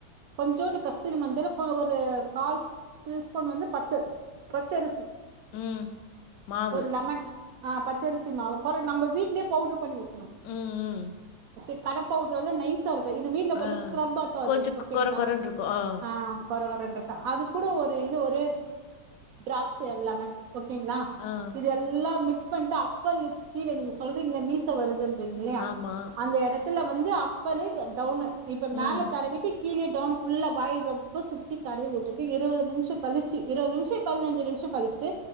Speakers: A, on the right; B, on the left.
A: கொஞ்சோண்டு கஸ்தூரி மஞ்சள் ஒரு கால் டீஸ்பூன் வந்து பச்ச பச்சரிசி
B: ம். மாவு.
A: ஒருலமன் ஆஹ் பச்சரிசி மாவு கொற நம்ம வீட்லேயே பவுடர் பண்ணி
B: ம். ம்.
A: <unintelligible> கடப்பவுடர் எலாம் நைஸ் இருக்கு இது வீட்டுல போய்
B: ஆ.
A: ஸ்க்ரப்பா து
B: கொஞ்சம்
A: ஓகேங்களா
B: கொர கொரன்னு இருக்கும். ஆ.
A: அஹ் <unintelligible> அது கூட ஒரு இது ஒரே ட்ராப்ஸ் லலமன். ஓகேங்களா
B: ஆ.
A: இது எல்லா மிக். மிக்ஸ் பண்ணிட்டு அப்பர் லிப்ஸ் கீழ நீங் சொல்றீங்கள மீச வருதுன். யையா
B: ஆமா.
A: அந்த இடத்து த்துல வந்து அப்பரு டவுனு. இப்ப மேல.
B: ம்.
A: கீழே டவுன் ஃபுல்லா வாய் பக்கோ சுத்தி தடவி வுட்டுட்டு இருவது நிம்ஷோ கழிச்சு இருவது நிம்ஷோ பதினன்ஜி நிம்ஷோ கழிச்சு. ச்சு